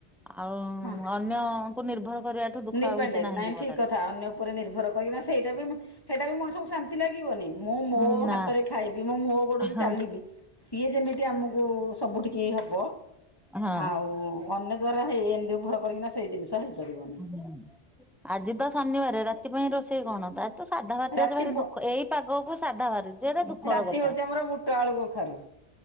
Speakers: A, in the centre; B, on the left (about 20°).
A: ଆଉ
B: ହଁ।
A: ଅନ୍ୟ କୁ ନିର୍ଭର କରିବାଠୁ ଦୁଃଖ
B: ଡିପେଣ୍ଡେଣ୍ଟ
A: ଆଉ କିଛି ନାହିଁ
B: ନାଇଁ
A: ଜୀବନରେ।
B: ଠିକ କଥା ଅନ୍ୟ ଉପରେ ନିର୍ଭର କରିକିନା ସେଇଟା ବି ମ ହେଇଟାବି ମଣିଷକୁ ଶାନ୍ତି ଲାଗିବନି ମୁଁ ମୋ
A: ହୁଁ ନା
B: ହାତରେ ଖାଇବି ମୁଁ ମୋ ଗୋଡରେ
A: ହଁ।
B: ଚାଲିବି। ସିଏ ଯେମିତି ଆମକୁ ସବୁଠିକି ହବ
A: ହଁ
B: ଆଉ ଅନ୍ୟ ଦ୍ଵାରା ହେଇ ନିର୍ଭର କରିକିନା ସେଇ ଜିନି <unintelligible>
A: ହଁ ଆଜି ତ ଶନିବାରେ ରା ସେଥିପାଇଁ ରୋଷେଇ କଣ ତାର ତ ସାଧା ବାରିଟା
B: ରାତି
A: ଆଜି ଭାରି
B: ବ
A: ଦୁଃଖ ଏଇ ପାଗକୁ ସାଧା ଭାରି ଯେଡ଼େ ଦୁଃଖର
B: ରାତି
A: କଥା।
B: ହଉଛି ଆମର ବୁଟ ଆଳୁ କଖାରୁ।